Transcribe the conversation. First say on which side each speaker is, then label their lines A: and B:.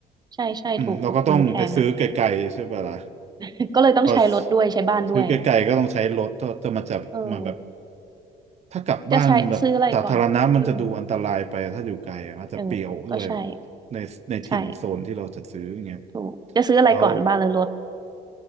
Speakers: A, on the right (about 25°); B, on the right (about 40°).
A: ใช่ใช่ถูกถูก
B: อืมเราก็ต้องไปซื้อไกลๆใช่ปะล่ะ
A: มันแพงมันแพง <laughs> ก็เลยต้องใช้รถด้วยใช้บ้านด้วย
B: พอซื้อไกลๆก็ต้องใช้รถก็จะมาจับมาแบบ
A: เออ
B: ถ้ากลับบ้านแบบสาธารณะมันจะดูอันตรายไปถ้าอยู่ไกลอะอาจจะเปลี่ยวด้วย
A: จะใช้ซื้ออะไรก่อนอืมเออก็ใช่
B: ในในถิ่นโซนที่เราจะซื้ออย่างเงี้ย
A: ใช่ถูก จะซื้ออะไรก่อนบ้านหรือรถ
B: แล้ว